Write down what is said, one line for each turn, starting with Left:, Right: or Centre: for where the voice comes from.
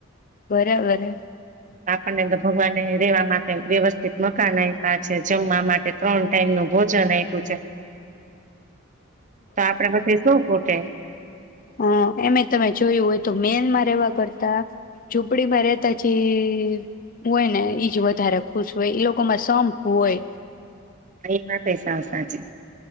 Left: બરાબર હે
Right: આપણને તો ભગવાન રેવા માટે વ્યવસ્થિત મકાન અયપા છે. જમવા માટે ત્રણ ટાઈમ નું ભોજન આપ્યું છે. તો આપડે <unintelligible> શું ખોટે
Left: હ એમે તમે જોયું હોય તો મેનમાં રહેેવા કરતા ઝૂંપડીમાં રહેેતા જી હોય ને ઈજ વધારે ખુશ હોય. એ લોકોમાં સંપ હોય.
Right: એ વાત એ સાવ સાચી.